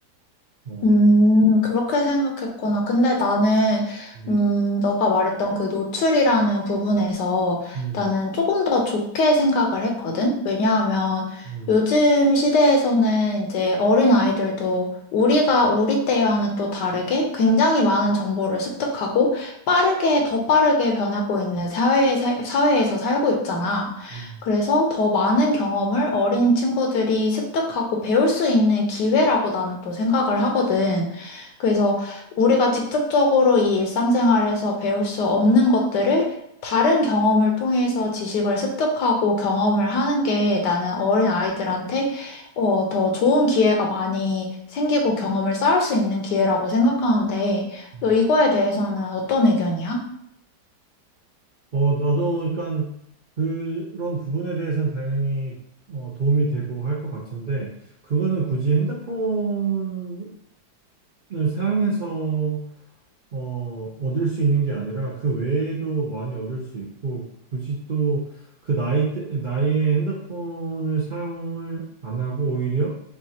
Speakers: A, on the right; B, on the left.
A: 어,
B: 음, 그렇게 생각했구나. 근데 나는,
A: 음,
B: 음, 너가 말했던 그 노출이라는 부분에서
A: 음,
B: 나는 조금 더 좋게 생각을 했거든? 왜냐하면
A: 음,
B: 요즘 시대에서는 이제 어린 아이들도 우리가, 우리 때와는 또 다르게 굉장히 많은 정보를 습득하고 빠르게, 더 빠르게 변하고 있는 사회에, 사- 사회에서 살고 있잖아.
A: 음,
B: 그래서 더 많은 경험을 어린 친구들이 습득하고 배울 수 있는 기회라고 나는 또 생각을 하거든. 그래서 우리가 직접적으로 이 일상생활에서 배울 수 없는 것들을 다른 경험을 통해서 지식을 습득하고 경험을 하는 게 나는 어린 아이들한테 어, 더 좋은 기회가 많이 생기고 경험을 쌓을 수 있는 기회라고 생각하는데,
A: 음.
B: 너 이거에 대해서는 어떤 의견이야?
A: 어, 나도 그러니까 그런 부분에 대해서는 당연히 어, 도움이 되고 할 것 같은데 그거는 굳이 핸드폰을 사용해서 어, 얻을 수 있는 게 아니라 그 외에도 많이 얻을 수 있고 굳이 또 그 나이 때 나이에 핸드폰을 사용을 안 하고 오히려